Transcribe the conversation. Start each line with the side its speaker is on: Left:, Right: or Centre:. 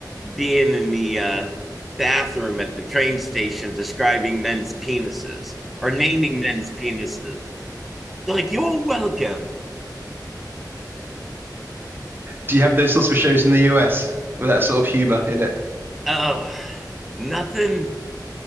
Centre: being in the uh, bathroom at the train station describing men's penises or naming men's penises. They're like, you're welcome.
Right: do you have those sorts of shows in the US with that sort of humor in it
Centre: Oh, nothing.